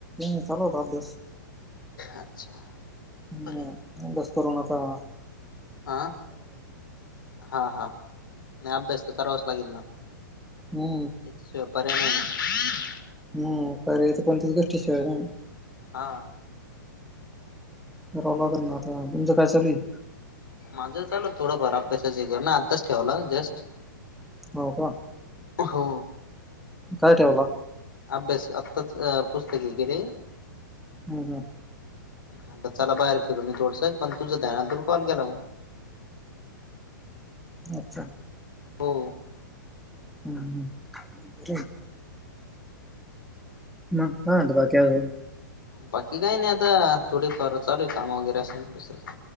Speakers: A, in the centre; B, on the left.
A: हू चालू होता अभ्यास
B: अच्छा
A: हू
B: बरे
A: उगच करुणाचा
B: हा हा हा नाही अभ्यास तर करावाच लागेल ना
A: हू
B: त्याच्याशिवाय पर्याय नाही ना
A: हू पर्याय च कोणत घर दिसतंय आणि
B: ना हा
A: करावं लागलं ना आता तुमचं काय चालूय
B: माझं चालू थोडंफार अभ्यासाचे करन आत्ताच ठेवला जस्ट
A: हो का
B: हो
A: काय ठेवला
B: अभ्यास आत्ताच पुस्तक हे केले
A: हू हू
B: म्हटलं चला बाहेर फिरून येऊ थोडसं पण तुझं काय आतून कॉल केलाव्
A: अच्छा
B: हो
A: हू <inaudible> मग काय झालं बाकी अजून
B: बाकी काय नाही आता थोडीफार चालूय काम वगैरे असेल दुसरं